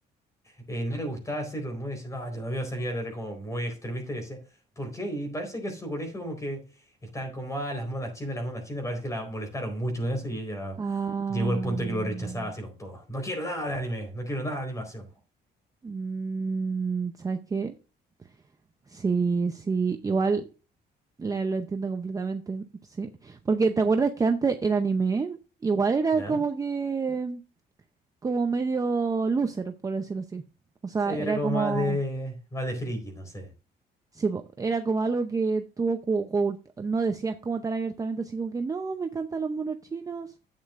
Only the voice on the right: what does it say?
Ah.
mm.
Mm, ¿sabes qué? Sí, sí, igual la- lo entiendo completamente, sí. Porque ¿te acuerdas que antes el anime igual era
como que, como medio loser, por decirlo así? O sea,
era
como,
sí, po, era como algo que tú ocu- ocult- no decías como tan abiertamente, así como que no, me encantan los monos chinos.